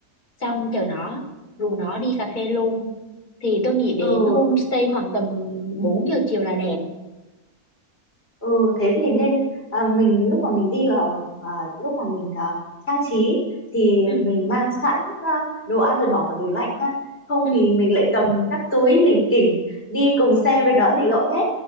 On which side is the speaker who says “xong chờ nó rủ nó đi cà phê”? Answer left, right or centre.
Left